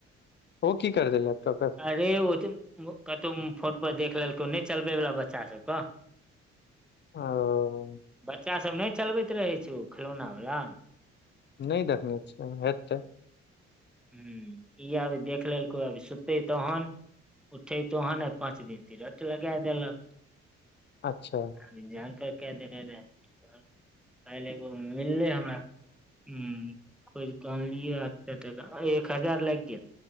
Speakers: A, on the left; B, in the centre.
A: ओहो की करते लैपटॉपे
B: अरे ओ तऽ कतहु फोन पर देख लेलकौ नहि चलबै वला बच्चा छै ओत
A: ओ
B: बच्चा सब नहि चलबैत रहै छै ओ खेलौना वला
A: नहि देखने छ हेतै
B: हूं ई आब देख लेलकै आब सुत्तै तहन उठे तहण आइ पाँच दिन ती रट लगा देलक
A: अच्छा
B: कलि जान पर कै देने रहे काइल एगो मिलले हमरा हूं खोज कऽ आहनलियै आठ एक हजार लागि गेल